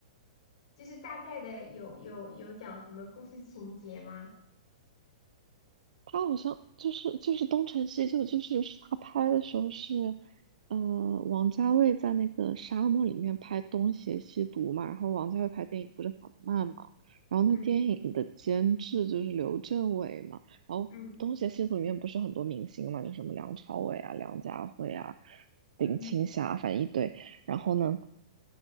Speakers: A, on the left (about 60°); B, on the right (about 80°).
A: 就是大概的有有有讲什么故事情节吗？
B: 他好像就是就是《东成西就》，就是是他拍的时候是，呃，王家卫在那个沙漠里面拍《东邪西毒》嘛，然后王家卫拍电影不是很慢嘛，然后那电影的监制就是刘镇伟嘛，
A: 嗯
B: 然后《东邪西毒》里面不是很多明星嘛，
A: 嗯
B: 就什么梁朝伟啊、梁家辉啊、林青霞，
A: 嗯，
B: 反正一堆，然后呢，